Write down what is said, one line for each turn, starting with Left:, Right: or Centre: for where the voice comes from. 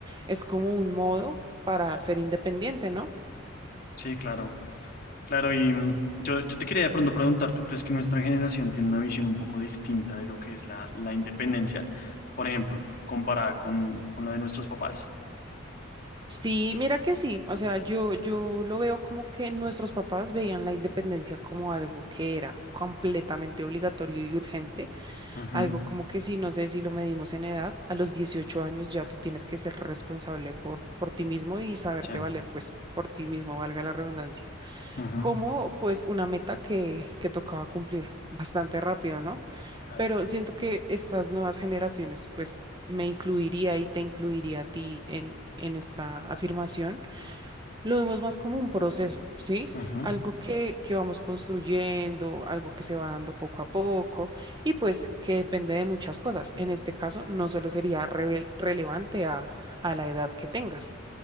Right: es como un modo para ser independiente, ¿no?
Left: sí, claro. Claro, y mm, yo, yo te quería de pronto preguntar, ¿tú crees que nuestra generación tiene una visión un poco distinta de lo que es la, la independencia? Por ejemplo, comparada con, con la de nuestros papás.
Right: Sí, mira que sí, o sea, yo, yo lo veo como que nuestros papás veían la independencia como algo que era completamente obligatorio y urgente,
Left: Ujú,
Right: algo como que si, no sé si lo medimos en edad, a los 18 años ya tú tienes que ser responsable por, por ti mismo y saberte
Left: sí,
Right: valer, pues por ti mismo, valga la redundancia,
Left: ujú,
Right: como pues una meta que, que tocaba cumplir <laughs> bastante rápido, ¿no?
Left: claro.
Right: Pero siento que estas nuevas generaciones, pues me incluiría y te incluiría a ti en, en esta afirmación lo vemos más como un proceso, ¿sí?
Left: Ujú.
Right: Algo que, que vamos construyendo, algo que se va dando poco a poco y pues que depende de muchas cosas. En este caso, no solo sería revel- relevante a, a la edad que tengas.